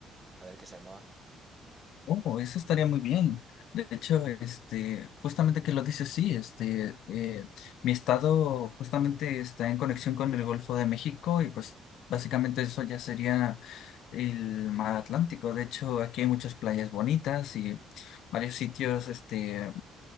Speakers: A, on the right; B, on the left.
A: a ver qué se armaba.
B: Oh, eso estaría muy bien. De hecho, este, justamente que lo dices, sí, este, eh, mi estado justamente está en conexión con el Golfo de México y pues básicamente eso ya sería el mar Atlántico. De hecho, aquí hay muchas playas bonitas y varios sitios, este,